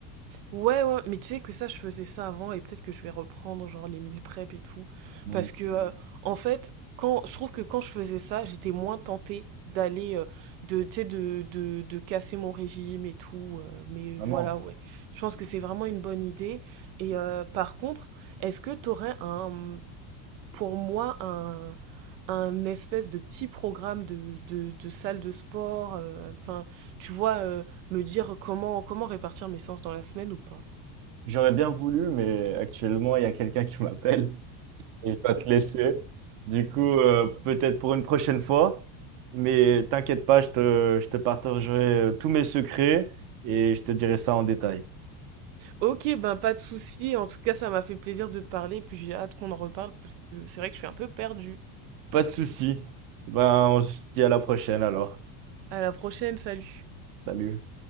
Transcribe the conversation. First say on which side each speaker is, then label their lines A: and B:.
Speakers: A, on the right; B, on the right.
A: ouais, ouais, mais tu sais que ça, je faisais ça avant et peut-être que je vais reprendre, genre, les meal prep et tout.
B: Mm,
A: Parce que, euh, en fait, quand, je trouve que quand je faisais ça, j'étais moins tentée d'aller, euh, de, tu sais, de, de, de casser mon régime et tout. euh, mais
B: Vraiment.
A: voilà, ouais. Je pense que c'est vraiment une bonne idée. Et euh, par contre, est-ce que t'aurais un pour moi un un espèce de petit programme de, de, de salle de sport, euh, enfin, tu vois, euh, me dire comment, comment répartir mes séances dans la semaine ou pas.
B: J'aurais bien voulu, mais actuellement, il y a quelqu'un qui m'appelle et je dois te laisser. Du coup, euh, peut-être pour une prochaine fois. Mais t'inquiète pas, je te, je te partagerai euh, tous mes secrets et je te dirai ça en détail.
A: Ok, ben pas de souci, en tout cas, ça m'a fait plaisir de te parler, puis j'ai hâte qu'on en reparle, parce que c'est vrai que je suis un peu perdue.
B: Pas de souci. Ben, on se dit à la prochaine alors.
A: À la prochaine, salut!
B: Salut.